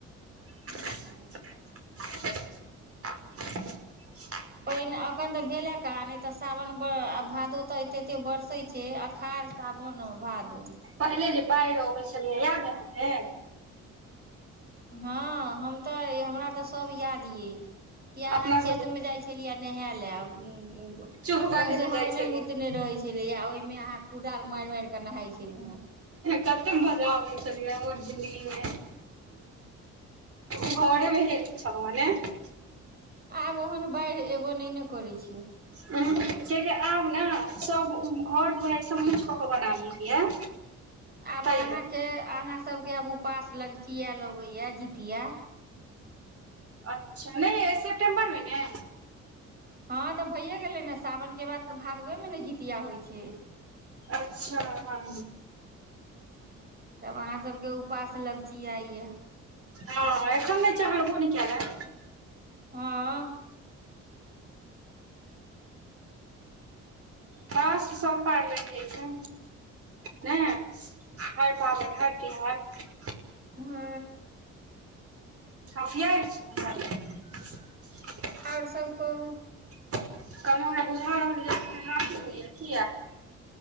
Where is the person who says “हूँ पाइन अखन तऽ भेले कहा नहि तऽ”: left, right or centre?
Right